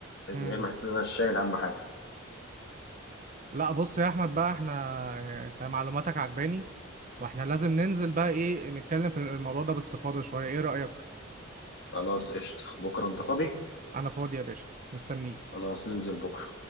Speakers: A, on the left (about 60°); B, on the right (about 40°).
A: من
B: مم.
A: غير ما احس ان انا شايل اهم حاجه
B: لا بص يا احمد بقى احنا اه، انت معلوماتك عجباني واحنا لازم ننزل بقى ايه نتكلم في الموضوع ده باستفاضة شوية ايه رأيك
A: خلاص قشطه بكره انت فاضي
B: انا فاضي يا باشا مستنيك
A: خلاص ننزل بكره